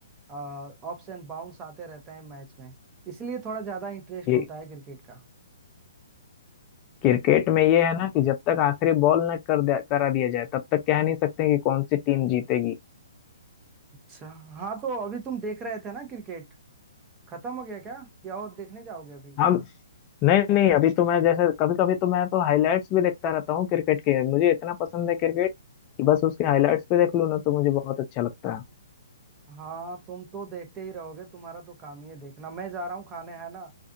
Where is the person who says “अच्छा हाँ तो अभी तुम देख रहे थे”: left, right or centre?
Right